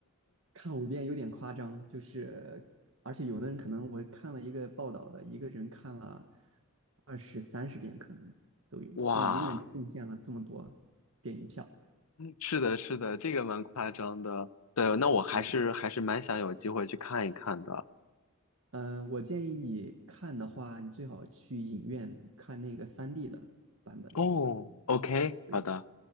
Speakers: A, on the right (about 60°); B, on the left (about 85°).
A: 看五遍有点夸张，就是而且有的人可能我看了一个报道的，一个人看了二十三十遍可能都有，
B: 哇，
A: 光一个人就贡献了这么多电影票。
B: 是的，是的，这个蛮夸张的。对，那我还是还是蛮想有机会去看一看的。
A: 对，嗯，我建议你看的话，你最好去影院看那个三 d 的版本。
B: 哦，OK，
A: 对，
B: 好的，